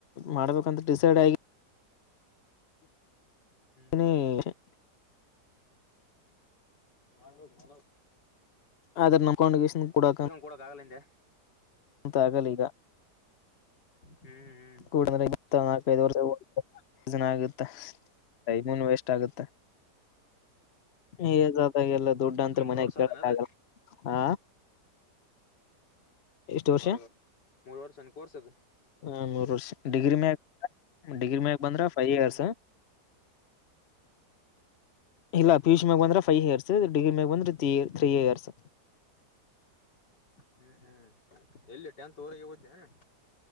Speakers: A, on the left (about 55°); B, on the left (about 85°).
A: ಮಾಡ್ಬೇಕಂತ ಡಿಸೈಡ್ ಆಗಿ
B: ಹ್ಮ್
A: ಇನ <inaudible> ಹ <inaudible>
B: ಮಾಡಬೇಕ್ ಮಾಡಬೇಕ್
A: ಅದಾರ ನಂಬಕೊಂಡ್ <unintelligible> ಅಕೌಂಡಿಕೇಶನ್ ಕೊಡಕ
B: ಕೊಡಕ್ ಆಗಲ್ಲ ಹಿಂದೆ
A: ಅಂತ ಆಗಲಿ ಈಗ
B: ಹ್ಮ್ ಹ್ಮ್
A: ಕೂಡಲ <inaudible> ನಾಕೈದು ವರ್ಷ ಪ್ರಯೋಜನ ಆಗುತ್ತೆ ಐದನೇನು ವೇಸ್ಟ್ ಆಗುತ್ತೆ ಏಜ ಆದಾಗ ಎಲ್ಲ ದುಡ್ಡ
B: ಒಟ್ಟ
A: ಅಂತ್ರ
B: ಮೂರ್
A: ಮನ್ಯಾಗ
B: ವರ್ಷ
A: ಕೇಳಕ್
B: ಅದೇನದ
A: ಆಗಲ್ಲ ಹ ಎಷ್ಟು ವರ್ಷ
B: ಹೌದ ಮೂರ್ ವರ್ಷನ ಕೋರ್ಸ ಅದು
A: ಹ್ಮ್, ಮೂರ್ ಡಿಗ್ರಿ ಮ್ಯಾಗ ಡಿಗ್ರಿ ಮ್ಯಾಾಗ ಬಂದ್ರ ಫೈವ್ ಇಯರ್ಸ್
B: ಹ್ಮ್
A: ಇಲ್ಲ ಪಿಯುಷಿ ಮ್ಯಾಕ್ ಬಂದ್ರೆ ಫೈವ್ ಇಯರ್ಸ್ ಡಿಗ್ರಿ ಮ್ಯಾ ಬಂದ್ರೆ three three years
B: hmm hmm ಎಲ್ಲಿ ಟೆಂತ್ ಊರಿಗ ಹೋಧನ್ಯ